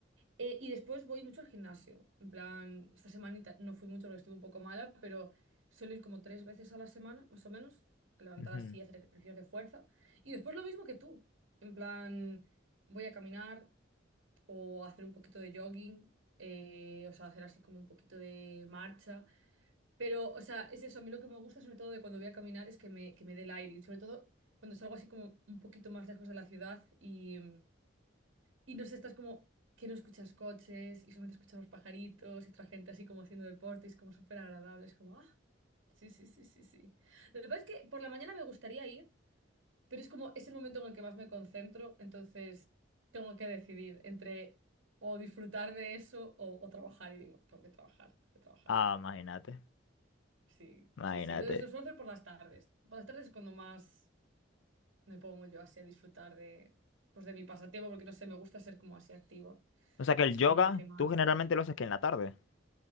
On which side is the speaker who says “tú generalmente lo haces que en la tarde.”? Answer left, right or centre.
Left